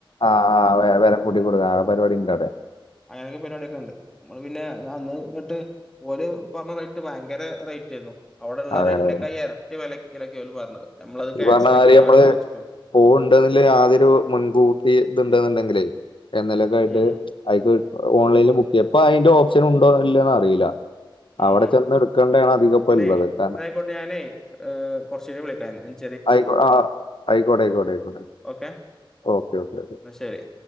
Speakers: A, on the left; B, in the centre.
A: ആഹ് ആ വില കൂട്ടിക്കൊടുക്ക പരിപാടി ഉണ്ട അതെ
B: അങ്ങനൊക്കെ പരിപാടിക്കെ ഉണ്ട് നമ്മള് പിന്നെ ഞാൻ അന്ന് ഇട്ട് ഓല് പറഞ്ഞ റേറ്റ് ഭയങ്കര റേറ്റയിരുന്നു അവിടെള്ള
A: അതെ
B: റേറ്റിനെക്കായി
A: അതെ അതെ.
B: ഇരട്ടി വിലക്കലൊക്കെ ഓല് പറഞ്ഞത് നമ്മളത്
A: ഈ
B: ക്യാൻസൽ
A: പറഞ്ഞ കാര്യം
B: ആക്കിയത്
A: നമ്മള്
B: വേണ്ടന്ന് വെച്ച് പോന്നു
A: പോവ് ഉണ്ടന്നില്ല യാതൊരു മുൻകൂട്ടി ഇതണ്ട്ന്നണ്ടെങ്കിലേ എന്നലൊക്കെ ആയിട്ട്
B: ഉം ഉം
A: അയ്ക്ക് ഓൺലൈനിൽ ബുക്ക് ചെയ്യ അപ്പൊ അതിന്റെ ഓപ്ഷൻ ഉണ്ടോ ഇല്ലന്ന് അറിയില്ല
B: ഉം
A: അവിടെ
B: ഉ
A: ചെന്ന് എടുക്കേണ്ടയാണ് അധികം ഇപ്പ
B: പിന്നെ
A: ഇള്ളത് കാരണം
B: എന്നായിക്കോട്ടെ ഞാനേ കുറച്ചു കഴിഞ്ഞ് വിളിക്കൻ
A: ആയിക്കോ ആ ആയിക്കോട്ടെ ആയിക്കോട്ടെ ആയിക്കോട്ടെ
B: ഓക്കെ
A: ഓക്കെ ഓക്കെ ഓക്കെ
B: എന്നാ ശരി